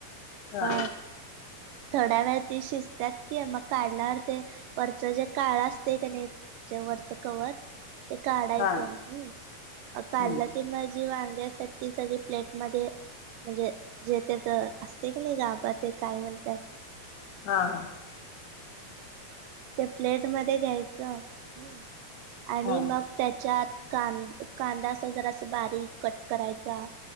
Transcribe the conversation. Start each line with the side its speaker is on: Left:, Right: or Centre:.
Left: हा
Right: बघ थोड्या वेळ ती शिजत्यात कि मग काढल्यावर ते वरच जे काळ असतय का नाही वरच कवर ते काढायचं
Left: हा
Right: हम काढलं
Left: हम्म.
Right: कि मग जी वांगे असतात ती सगळी प्लेटमध्ये म्हणजे जे त्याच असतय की नाही गाबा ते काय म्हणतात.
Left: हा हा.
Right: ते प्लेट मध्ये घ्यायच. हम्म, आणि
Left: हा
Right: मग त्याच्यात कांद कांदा असा जरासा अस बारीक कट करायचा.